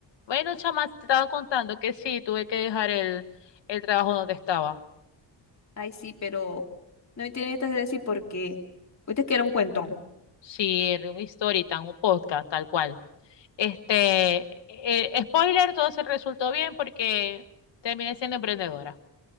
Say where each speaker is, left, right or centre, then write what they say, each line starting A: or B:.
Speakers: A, on the left; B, on the left.
A: Bueno, chama, te estaba contando que sí, tuve que dejar el, el trabajo donde estaba.
B: Ay, sí, pero no me tienen estas de decir por qué. Ahorita que era un cuentón.
A: Sí, era un story time, un podcast, tal cual. Este, eh, eh, spoiler, todo se resultó bien porque terminé siendo emprendedora.